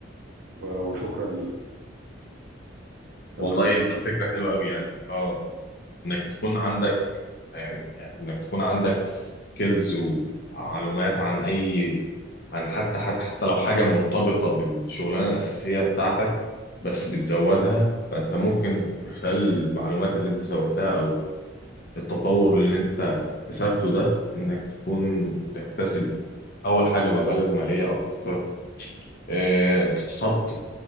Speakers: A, on the right; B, on the left.
A: و- وشكرا ليك تمام
B: والله ده فكرة حلوة أوي يعني أه إنك تكون عندك يعني إنك تكون عندك سكيلز ومعلومات عن أي عن حتى حتى لو حاجة مرتبطة بالشغلانة الأساسية بتاعتك بس بتزودها فأنت ممكن بخلال المعلومات اللي أنت زودتها أو التطور اللي أنت اكتسبته ده إنك تكون تكتسب أول حاجة مبالغ مالية أكتر اه تتحط